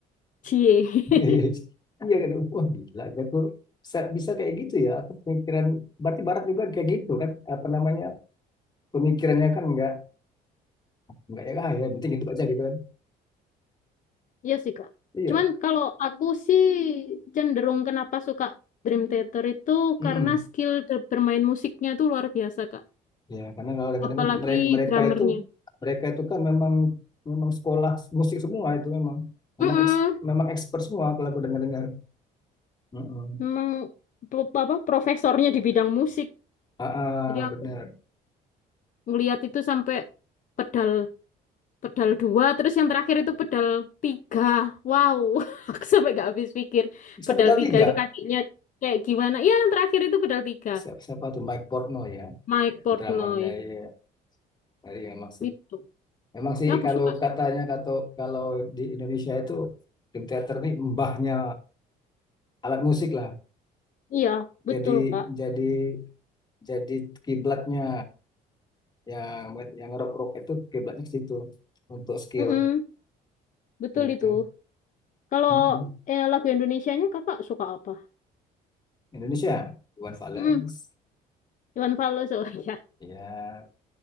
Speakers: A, on the left; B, on the left.
A: Cie.
B: <laughs>
A: <laughs>
B: iya gitu wah gila gitu. aku bisa, bisa kayak gitu ya aku pemikiran berarti barat juga kayak gitu kan apa namanya pemikirannya kan nggak nggak ya ah, ya penting hidup aja gitu kan
A: Iya sih, Kak.
B: iya
A: Cuman kalau aku sih cenderung kenapa suka Dream Theater itu
B: Mm-mm.
A: karena skill de- bermain musiknya itu luar biasa, Kak.
B: ya karena kalau dengar-dengar
A: Apalagi
B: mereka
A: drummernya.
B: itu mereka itu kan memang memang sekolah musik semua itu memang memang
A: Mm-mm.
B: eks- memang expert semua kalau aku dengar-dengar Mm-mm.
A: Memang pe- apa profesornya di bidang musik.
B: Ah,
A: Jadi
B: ah,
A: aku
B: benar
A: ngelihat itu sampai pedal pedal dua terus yang terakhir itu pedal tiga wow <laughs> aku sampai nggak habis pikir
B: Bisa
A: pedal
B: berarti
A: tiga
B: nggak
A: itu kakinya kayak gimana ya yang terakhir itu pedal tiga
B: siapa, siapa tuh Mike Portno ya
A: Mike Portnoy
B: drummernya ya dari emang sih
A: itu
B: memang sih
A: ya, aku
B: kalau
A: suka
B: katanya
A: sih
B: kalau kalau di Indonesia itu film teater nih mbahnya alat musik lah
A: iya betul
B: jadi
A: kak
B: jadi jadi kiblatnya yang yang rock rock itu kiblatnya ke situ untuk skill
A: Mm-mm, betul
B: gitu
A: itu kalau
B: Mm-mm.
A: eh, lagu Indonesianya kakak suka apa
B: Indonesia Iwan Fals
A: mm Iwan Fals oh iya
B: ya